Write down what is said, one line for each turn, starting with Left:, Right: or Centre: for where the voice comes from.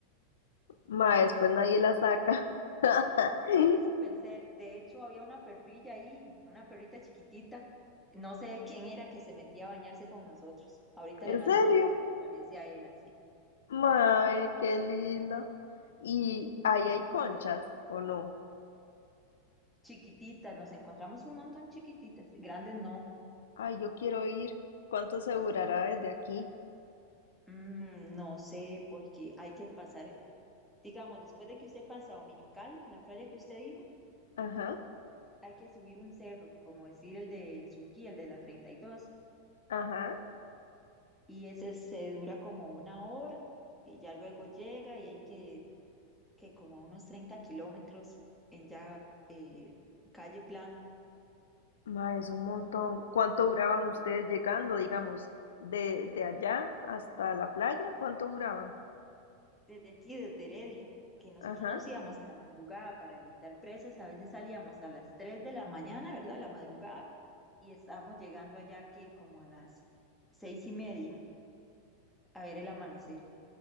Left: Ma, después nadie la saca. <laughs>
Centre: Eso pensé, de hecho había una perrilla ahí, una perrita chiquitita, no sé quién era que se metía a bañarse con nosotros. Ahorita le
Left: ¿En
Centre: mando
Left: serio?
Centre: una foto, se parece a él así,
Left: Mae, qué lindo. ¿Y ahí
Centre: sí.
Left: hay conchas o no?
Centre: Chiquititas, nos encontramos un montón chiquititas, grandes no.
Left: Ay, yo quiero ir. ¿Cuánto se durará desde aquí?
Centre: Mm, no sé, porque hay que pasar Digamos, después de que usted pasa a Dominical, la playa que usted dijo,
Left: Ajá,
Centre: hay que subir un cerro, como decir el del Surquí, el de la treinta y dos
Left: ajá.
Centre: y ese se dura como una hora y ya luego llega y hay que, que como unos 30 kilómetros en ya eh, calle plana.
Left: Ma, es un montón. ¿Cuánto duraban
Centre: Y
Left: ustedes llegando, digamos, de, de allá hasta la playa? ¿Cuánto duraban?
Centre: desde aquí, desde Heredia, que nosotros
Left: Ajá.
Centre: nos íbamos en la madrugada para evitar presas, a veces salíamos a las 3 de la mañana, ¿verdad? La madrugada, y estábamos llegando allá que como a las seis y media a ver el amanecer.